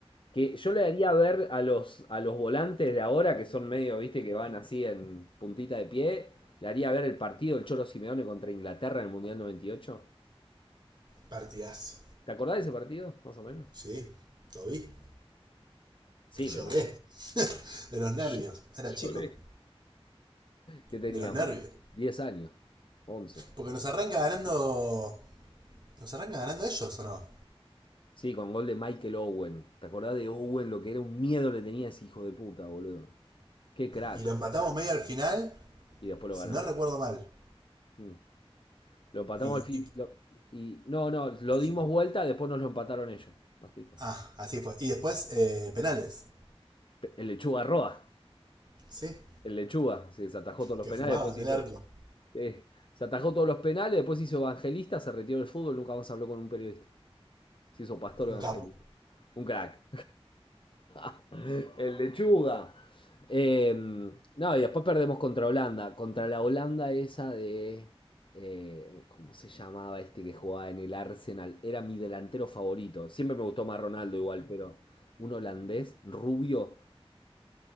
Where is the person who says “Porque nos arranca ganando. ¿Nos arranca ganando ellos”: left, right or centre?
Right